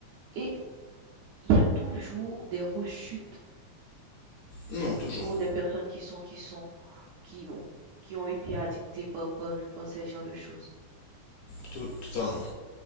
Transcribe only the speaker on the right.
Et il y a toujours des rechutes
pour des personnes qui sont, qui sont, qui, bon, qui ont été addictées par, par, par ces genres de choses.